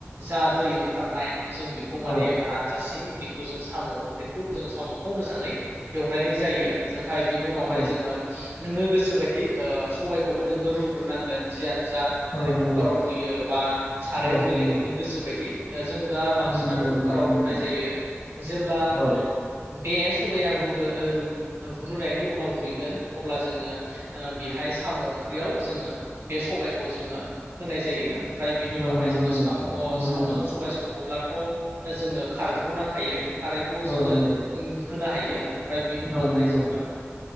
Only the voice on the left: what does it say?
औ
औ
औ नंगौ
औ
नंगौ
औ नंगौ
नंगौ नोंथां
औ
औ
नंगौ
नंगौ
नंगौ
नोंथां
औ नंगौ
औ नंगौ